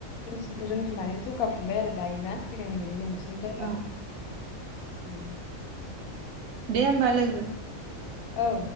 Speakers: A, on the left (about 85°); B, on the right (about 80°).
A: <unintelligible> रोंफिननानै जौगाफिनबाय आरो दायो ना सिगांनि बायदि नंसिन द्रायला
B: औ
A: उम्म
B: दे होमबा लोगो।
A: औ